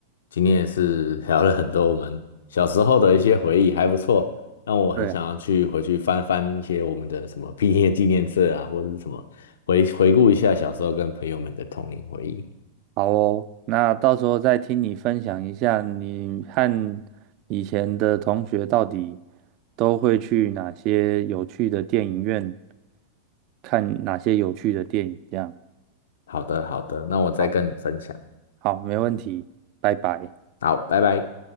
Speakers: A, on the left (about 75°); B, on the right (about 45°).
A: 今天也是聊了很多我们小时候的一些回忆，还不错，让我很想要去回去翻翻一些我们的什么毕业纪念册啊，
B: 对。
A: 或者是什么回回顾一下小时候跟朋友们的童年回忆。
B: 好哦，那到时候再听你分享一下，你和以前的同学到底都会去哪些有趣的电影院看哪些有趣的电影，这样。
A: 好的，好的，那我再跟你分享。
B: 好，好，没问题，拜拜。
A: 好，拜拜。